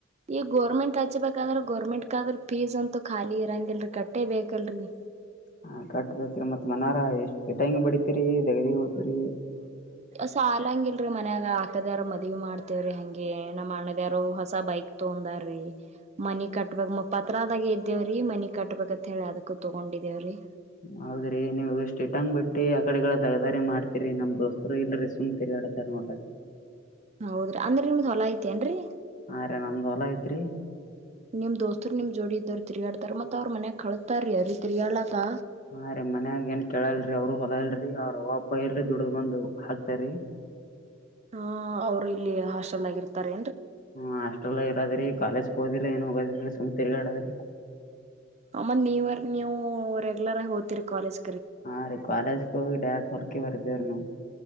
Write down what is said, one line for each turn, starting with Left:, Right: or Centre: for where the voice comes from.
Right: ಈ ಗೋರ್ಮೆಂ ಹೆ ಬ ಗೋರ್ಮೆಂಟ್ ಕ ಆದ್ರ ಫೀಸ್ ಅಂತೂ ಖಾಲಿ ಇರಂಗಲ್ರರಿ ಕಟ್ಟೆ ಬೇಕಲ್ರರಿ
Left: ಹಾ ಕಟ್ಟತರಿ ಮತ್ ಮನಾರ ಎಷ್ಟ್ ಎಟಂಗಿ ಬಡಿತರಿ ದಗದಿ ಹೋಗತರಿ
Right: ಸಾಲಂಗಿಲ್ರಿ ಮನ್ಯಾಗ ಆ ಕ್ಕದಾರ ಮದವಿ ಮಾಡ್ತೇವ್ರೀ ಹಗೆ ನಮ್ಮ್ ಅಣ್ಣದಾರು ಹೊಸ ಬೈಕ್ ತೊಂದಾರ್ರೀ ಮನಿ ಕಟ್ಟ ಾಗ ಪತ್ರದಾಗೆ ಇದ್ದೇವ್ರೀ ಮನಿ ಕಟ್ಬೇಕಂತತ್ ಹೇಳಿ ಅದಕ್ಕೂ ತೊಗೊಂಡಿದ್ದೇವ್ರೀ
Left: ಹೌದ್ರೆ ನೀವು ಸ್ಟೇಟ್ಂಗ್ ಬಿಟ್ಟು ಆ ಕಡೆಗಳ ತಗದಾರಿ ಮಾಡ್ತಿೀರಿ ನಮ್ ದೋಸ್ತರು ಇಲ್ರಿ ಸುಮ್ತರಿಡ ನೋಡ
Right: ಹೌದ್ರಿ ಅಂದ್ರೆ ನಿಮ್ದ ಹೊಲ ಐತಿ ಏನ್ರರಿ
Left: ಹಾ ರೀ ನಮ್ದ್ ಹೊಲ ಐತ್ರಿ
Right: ನಿಮ್ ದೋಸ್ತರು ನಿಮ್ ಜೋಡಿ ಇದ್ದರು ತಿರುಗಾಡ ಧರ್ಮತ್ ಅವ್ರ ಮನ್ಯಾಗ ಕಳತಾರ ರೀ ಅ ರೀತಿತ್ರಿಯಲ್ಲಕ್ಕ
Left: ಹಾ ರರಿೀ ಮನ್ಯಾಗ ಏನ್ ಕೇಳಲ್ರಿ ಅವ್ರ ಹೊಲ ಇಲ್ರಿ ಅವ್ರ ಒಪ ಇಲ್ರಿ ದುಡ್್ದ ಬಂದು ಹಾಕ್ತರಿ
Right: ಹಾ ಅವ್ರು ಇಲ್ಲಿ ಹಾಸ್ೆಲ್ ಆಗಿರ್ತಾರೆ
Left: ಹ್ಮ ಹಾಸ್ಟೆಲ್ ಇರದ್ರಿ ಕಾಲೇಜ್ಗೆ ಹೋದಿಲ್ಲ ಏನ್ ಹೋಗೋದ್ರಿ ಸುಮ್ ತಿರ್ಗಾಡದ್ರಿ
Right: ಆಮ್ಮತ್ ನೀವರ್ ನೀವು ರೆಗ್ಯುಲರ್ ಆಗಿ ಹೋ್ತೀರಿ ಕಾಲೇಜ್
Left: ಹಾ ರೀ ಕಾಲೇಜ್ಗೆ ಹೋಗಿ ಡಟ್ ಹೊರಗೆ ಬರ್ತೇವೀ ನಾವು